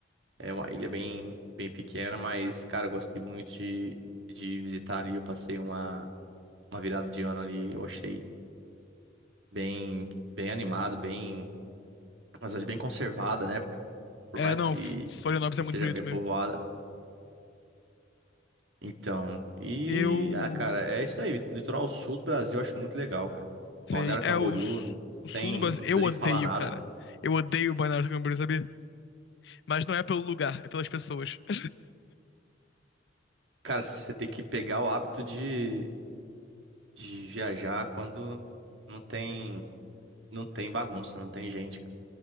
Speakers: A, on the right (about 80°); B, on the left (about 65°).
A: É uma ilha bem, bem pequena, mas, cara, eu gostei muito de, de visitar ali. Eu passei uma, uma virada de ano ali. Eu achei bem, bem animado, bem, mas bem conservada, né? Por
B: É,
A: mais
B: não,
A: que,
B: F- Florianópolis
A: que
B: é muito
A: seja
B: bonito
A: bem povoada.
B: mesmo.
A: Então, e,
B: Eu
A: ah, cara, é isso aí. Litoral sul do Brasil eu acho muito legal, cara.
B: sei,
A: Balneário
B: é
A: Camboriú,
B: o, s-
A: não
B: o sul
A: tem,
B: do Brasil.
A: não
B: Eu
A: precisa nem
B: odeio,
A: falar nada.
B: cara. Eu odeio o Balneário Camboriú, sabia? Mas não é pelo lugar, é pelas pessoas. <laughs>
A: Cara, você tem que pegar o hábito de, de viajar quando não tem, não tem bagunça, não tem gente, cara.